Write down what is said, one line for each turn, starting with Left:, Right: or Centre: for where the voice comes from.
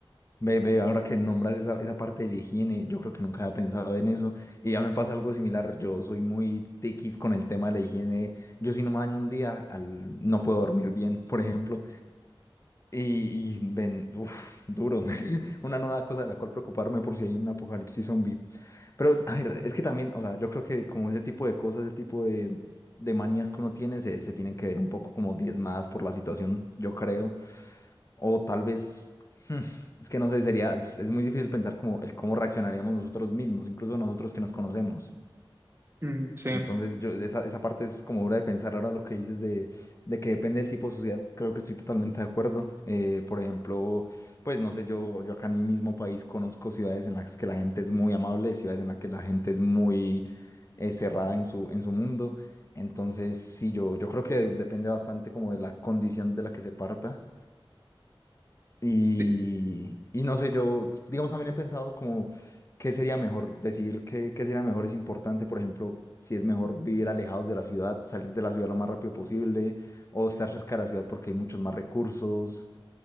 Left: Ve, ve, ahora que nombras esa, esa parte de la higiene, yo creo que nunca había pensado en eso. Y ya me pasa algo similar. Yo soy muy tiquis con el tema de la higiene. Yo si no me baño un día, al- no puedo dormir bien, por ejemplo. Y, y ven, uf, duro. <laughs> Una nueva cosa de la cual preocuparme por si hay un apocalipsis zombie. Pero, a ver, es que también, o sea, yo creo que como ese tipo de cosas, ese tipo de, de manías que uno tiene, se, se tienen que ver un poco como diezmadas por la situación, yo creo. O tal vez, hmm, es que no sé, sería, es, es muy difícil pensar como el cómo reaccionaríamos nosotros mismos, incluso nosotros que nos conocemos.
Right: Mm, sí.
Left: Entonces, yo, esa, esa parte es como dura de pensar. Ahora lo que dices de, de que depende del tipo de sociedad, creo que estoy totalmente de acuerdo. Eh, por ejemplo, pues no sé, yo, yo acá en mi mismo país conozco ciudades en las que la gente es muy amable, ciudades en las que la gente es muy eh, cerrada en su, en su mundo. Entonces, sí, yo, yo creo que depende bastante como de la condición de la que se parta y,
Right: Sí.
Left: y no sé, yo, digamos, también he pensado como qué sería mejor, decidir qué, qué sería mejor es importante, por ejemplo, si es mejor vivir alejados de la ciudad, salir de la ciudad lo más rápido posible, o estar cerca de la ciudad porque hay muchos más recursos.